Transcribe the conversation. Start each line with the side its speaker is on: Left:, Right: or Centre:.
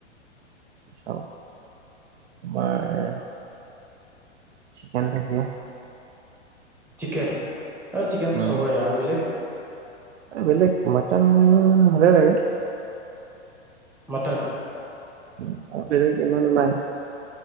Right: চাও তোমাৰ চিকেন থাকে
Centre: চিকেন আৰু চিকেনটো
Right: উম
Centre: চবৰে আৰু বেলেগ
Right: বেলেগ মাৰ্টন ভালে লাগে
Centre: মৰ্টন
Right: আৰু বেলেগ ইমান নাই